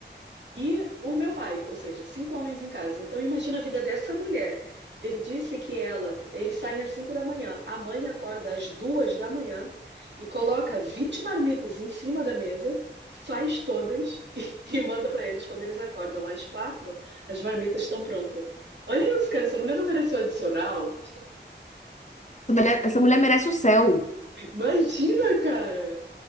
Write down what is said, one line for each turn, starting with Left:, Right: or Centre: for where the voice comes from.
Right: e o meu pai, ou seja, cinco homens em casa. Então imagina a vida dessa mulher. Ele disse que ela, eles saem às cinco da manhã, a mãe acorda às duas da manhã e coloca 20 marmitas em cima da mesa, faz todas <laughs> e, e manda para eles quando eles acordam às quatro, as marmitas estão prontas. Olha isso, cara, essa mulher não mereceu adicional.
Left: Essa mulher, essa mulher merece o céu.
Right: Imagina, cara.